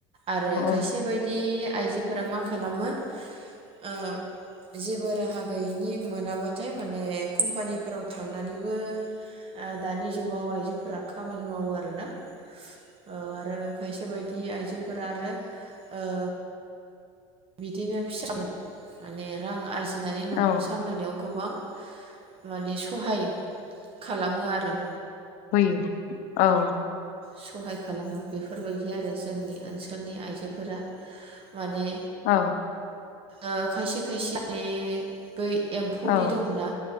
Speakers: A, on the right; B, on the left.
A: आरो खायसे
B: औ
A: बायदि आइजोफोरा मा खालामो ओ जेबो राहा गैयैनि मोनाबाथाय माने कम्पानिफोराव थांनानैबो ओ दानि जुगाव आइजोफोरा खामानि मावो आरो ना। औ आरो खायसे बायदि आइजो फोरा आरो ओ बिदिनो फिसा <unintelligible> माने रां आरजि नानै न'खर
B: औ
A: सामलायनायाव गोबां माने सहाय खालामो आ रो
B: हैयो। औ।
A: सहाय खालामो बेफोरबायदि आरो जोंनि ओनसोलनि आइजोफोरा। माने
B: औ
A: ओ खायसे खायसे <unintelligible> बै एम्फौदि
B: औ
A: दङो ना